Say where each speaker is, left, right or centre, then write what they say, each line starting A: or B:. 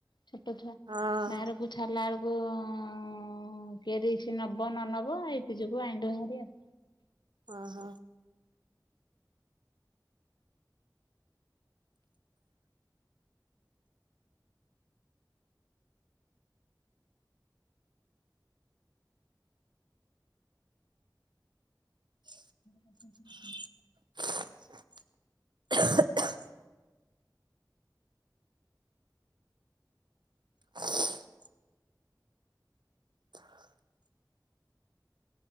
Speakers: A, on the left; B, on the right.
A: ଛୋଟ ଛୁଆ
B: ହଁ
A: ବାହାରକୁ ଛାଡିଲା ବେଳକୁ ଉଁ କିଏ ରିକ୍ସ ନବ ନ ନବ। ହେଇତି ଯୋଗୁ ଆଇଁଲୁ ଭାରି ଆଉ।
B: ଓ ହ। ହ <inaudible>
A: ଶାଶୁ ଶଶୁର ଅଛନ୍ତି।
B: <inaudible> <inaudible> ହ <inaudible>